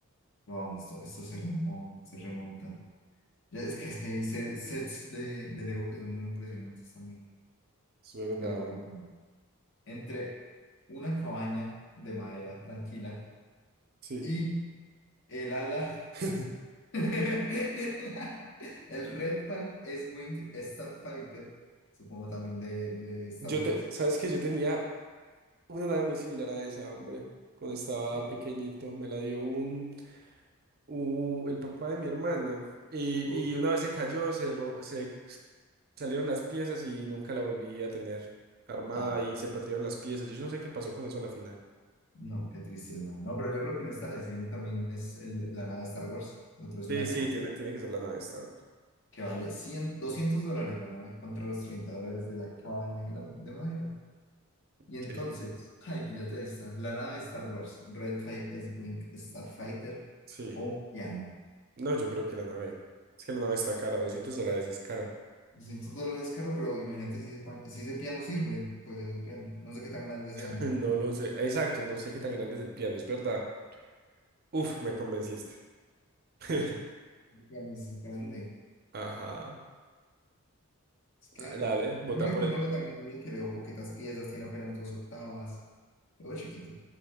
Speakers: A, on the left; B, on the right.
A: Pero vamos, esto, esto se remonta, se remonta. Ya, es que, es que hay se- sets de, de Lego que son muy impresionantes también.
B: es verdad,
A: Pero bueno,
B: hombre.
A: entre una cabaña de madera tranquila
B: Sí.
A: y el ala,
B: <laughs>
A: <laughs> el Red Five S-Wing Starfighter, supongo también de, de Star
B: Yo
A: Wars.
B: te, ¿sabes qué? Yo tenía una nave muy similar a esa, hombre. Cuando estaba
A: Sí,
B: pequeñito, me la dio un, u- el papá de mi hermana. Y,
A: ok.
B: y una vez se cayó, se, ro- se salieron las piezas y nunca la volví a tener armada
A: Ah,
B: y se perdieron las piezas. Yo no sé qué pasó con eso a la final.
A: no, qué tristeza. No, pero yo creo que en esta la decisión también es el- la nave de Star Wars. Lo otro es
B: Sí,
A: una
B: sí,
A: cabaña.
B: tiene, tiene que ser la nave Star Wars.
A: que vale 100 200 dólares la nave contra los 30 dólares de la cabaña de, la- de madera. Y entonces,
B: Sí.
A: ay, píllate esta, la nave de Star Wars, Red 5 S-Wing Starfighter
B: Sí.
A: o un piano.
B: No, yo creo que la nave. Es que la nave está cara, 200 dólares es caro.
A: doscientos dólares caro, pero imagínate si ese, pa- si ese piano sirve, puede ser el piano. No sé qué tan grande sea,
B: <laughs>
A: ¿no?
B: No lo sé. Exacto, no sé qué tan grande es el piano, es verdad. Uf, me convenciste. <laughs>
A: Es que el piano es grande.
B: Ajá.
A: Es que,
B: Ah, Dale, vota
A: pero mira
B: por
A: que no
B: el
A: lo
B: piano.
A: veo tan grande, mira que le veo poquitas piezas, tiene apenas dos octavas, lo veo chiquito.